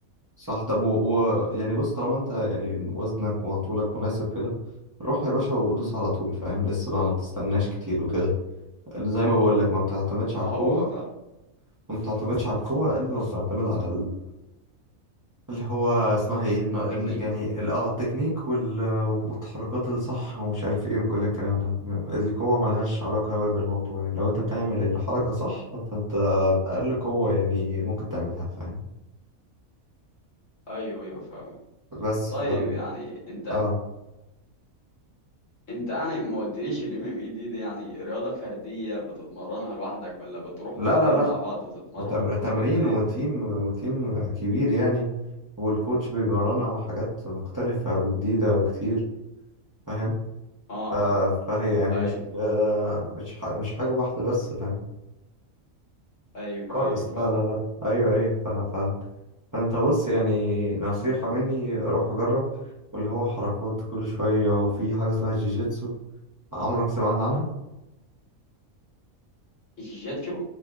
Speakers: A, on the right; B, on the left.
A: صح طب و... و... يعني بص طالما انت يعني وزنك وطولك مناسب كده روح يا باشا ودوس على طول فاهم لسه بقى ما تستناش كتير وكده زي ما بقول لك ما بتعتمدش على
B: ما
A: القوة
B: هو فعلا
A: وما بتعتمدش على القوة قد ما بتعتمد على اللي هو اسمها ايه إن إن
B: تكنيك
A: يعني ال- اه التكنيك وال... والتحركات الصح ومش عارف ايه وكل الكلام ده القوة ملهاش علاقة أوي بالموضوع يعني لو انت بتعمل الحركة صح فانت بأقل قوة يعني ممكن تعملها فاهم
B: ايوه ايوه فاهمك
A: بس
B: طيب
A: ف
B: يعني انت
A: اه
B: انت يعني ما قلتليش الام ام اي دي دي يعني رياضة فردية بتتمرنها لوحدك ولا بتروحوا
A: لا
B: تيم
A: لا لا
B: مع بعض تتمرنوا
A: بتم- تمرين
B: ولا ايه
A: وتيم
B: الدنيا
A: وتيم كبير يعني والكوتش بيمرنا على حاجات مختلفة وجديدة وكتير فاهم
B: اه
A: آه
B: اه
A: فهي يعني
B: ايوه
A: مش آه مش ح... مش حاجة واحدة بس فاهم
B: ايوه
A: خالص
B: ايوه فاهمك
A: لا لا لا ايوه ايوه ف... ف... فانت بص يعني نصيحة مني روح اجرب واللي هو حركات كل شوية وفي حاجة اسمها جيجيتسو عمرك سمعت عنها؟
B: الجيجاتشو